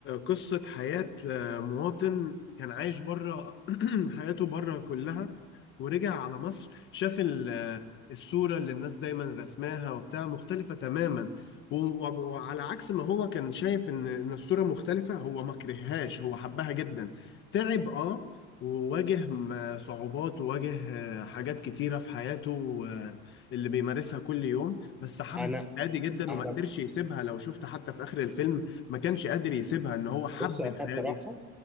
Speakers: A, on the left; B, in the centre.
A: قصة حياة آه، مواطن كان عايش بره <clears throat> حياته بره كلها ورجع على مصر شاف ال- آه، الصورة اللي الناس دايما رسماها وبتاع مختلفة تماما و- و- وعلى عكس ما هو كان شايف ان ان الصورة مختلفة هو ما كرههاش هو حبها جدا تعب اه وواجه م- صعوبات وواجه آه، حاجات كتيرة في حياته آه، اللي بيمارسها كل يوم بس حب
B: انا
A: عادي جدا
B: انا
A: وما قدرش يسيبها لو شفت حتى في آخر الفيلم ما كانش قادر يسيبها ان هو حب
B: بص انا
A: الحياة
B: بصراحه
A: دي